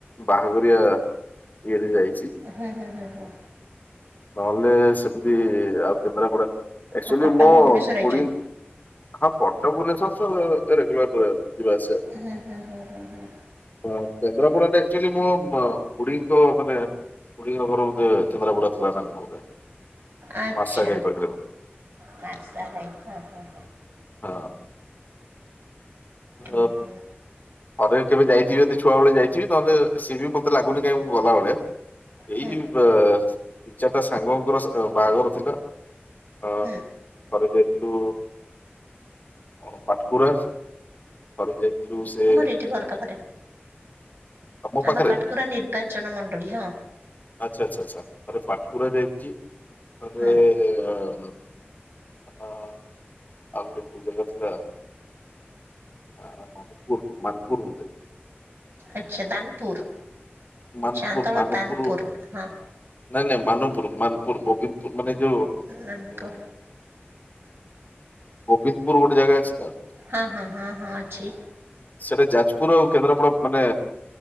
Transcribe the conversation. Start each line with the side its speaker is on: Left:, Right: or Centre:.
Left: ବାହାଘରିଆ ଇଏରେ ଯାଇ
Right: ହଁ ହଁ ହଁ ହଁ।
Left: ନା ସେମିତି ଆଉ କେନ୍ଦ୍ରାପଡା ଆକଚୁଆଲି
Right: ଆଉ କଟକ
Left: ମୋ
Right: ଭୁବନେଶ୍ୱର ଆଇଛନ୍ତି
Left: ଖୁଡୀ ହଁ, କଟକ ଭୁବନେଶ୍ଵର ତ ରେଗୁଲାର ଯିବା ଯିବା ଆସିବା।
Right: ହୁଁ ହୁଁ ହୁଁ ହୁଁ ହୁଁ
Left: ହ କେନ୍ଦ୍ରାପଡାଟା ଆକଚୁଆଲି ମୋ ମୋ ଖୁଡୀଙ୍କ ମାନେ ଖୁଡିଙ୍କ ଘର ବୋଧେ କେନ୍ଦ୍ରାପଡ଼ା ଥିଲା ନା କଣ ବୋଧେ?
Right: ଆଚ୍ଛା।
Left: ମାର୍ଶାଘାଇ ପାଖରେ ବୋଧେ
Right: ମାତା ମୟୀ ଓହୋ।
Left: ହଁ।
Right: ଓ
Left: ଅ
Right: ହୋ।
Left: ଥରେ କେବେ ଯାଇଚି ଯଦି ଛୁଆବେଳେ ଯାଇଥିବି ନହେଲେ ସିଏ ବି ମତେ ଲାଗୁନି କାହିଁ ମୁଁ ଗଲା ଭଳିଆ।
Right: ହୁଁ
Left: ଏଇ ବ ଦି ଚାଟା ସାଙ୍ଗଙ୍କର ଅ ବାହାଘର ଥିଲା। ହଁ,
Right: ହୁଁ
Left: ଥରେ ଯାଇ ଥିଲୁ ଅ ପାଟକୁରାସ ଥରେ ଯାଇଥିଲୁ ସେ
Right: ଏଇଟି ଘର ପାଖରେ
Left: ତମ ପାଖରେ
Right: ଆମର କାଠକୁରା ନିର୍ବାଚନ ମଣ୍ଡଳୀ ହ୍ନା।
Left: ଆଚ୍ଛା, ଆଚ୍ଛା, ଆଚ୍ଛା ଥରେ ପାଟକୁରା ଯାଇଛି, ଥରେ
Right: ହଁ
Left: ମ୍ ଆଉ ଗୋଟେ <unintelligible> ଆ ମଣିପୁର, ମାନପୁର ବୋଧେ।
Right: ଆଚ୍ଛା ଦାନପୁର।
Left: ମାନପୁର
Right: ଚାନ୍ଦଳଦାନପୁର
Left: ମାନପୁର
Right: ହଁ।
Left: ନାଇଁ ନାଇଁ ମାନପୁର, ମାନପୁର, ଗୋବିନ୍ଦପୁର, ମାନେ ଯୋଉ
Right: ଦାନପୁର
Left: ଉ ଗୋବିନ୍ଦପୁର ଗୋଟେ ଜାଗା ଅଛି? ତ
Right: ହଁ, ହଁ, ହଁ, ହଁ, ଅଛି।
Left: ସେଟା ଯାଜପୁର ଆଉ କେନ୍ଦ୍ରାପଡ଼ା ମାନେ